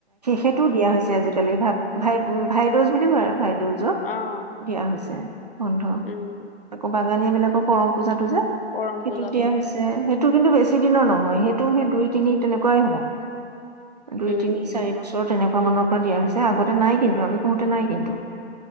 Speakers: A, on the right; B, on the left.
A: সেইটোও দিয়া হৈছে আজিকালি এ ভাত ভাই ভাই দুজ বুলি কয় আৰু ভাই, দুজত
B: অঁ
A: দিয়া হৈছে। <unintelligible>
B: উম
A: বাগানীয়া বিলাকৰ কৰম পূজাটো যে,
B: কৰম পূজাটো
A: সেইটোত দিয়া হৈছে সে ইটো কিন্তু বেছি দিনৰ নহয় সেইটো সেই দুই তিনি তেনেকুৱাই হ'ব দুই
B: উম
A: তিনি
B: উম
A: চাৰি বছৰ তেনেকুৱা, মানৰ পৰা দিয়া হৈছে আগতে নাই কিন্তু আমি পঢ়োতে নাই কিন্তু